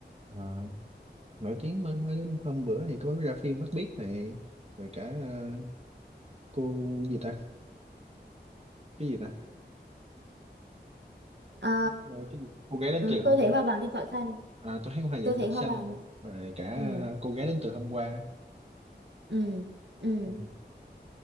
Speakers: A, on the right; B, on the right.
A: Ờ, nổi tiếng mới, mới hôm bữa thì có ra phim Mắt Biếc này rồi cả ờ, cô gì ta cái gì ta
B: Ờ,
A: Ờ, cái gì? cô gái đến từ hôm
B: tôi thấy hoa vàng trên cỏ xanh
A: à, tôi thấy hoa diện
B: tôi thấy
A: cỏ
B: hoa
A: xanh
B: vàng
A: rồi cả
B: ừ
A: cô gái đến từ hôm qua
B: ừ ừ
A: ừ.